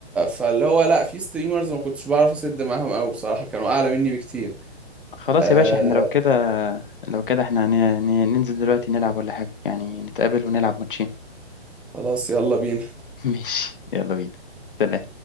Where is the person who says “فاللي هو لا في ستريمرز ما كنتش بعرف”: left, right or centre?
Centre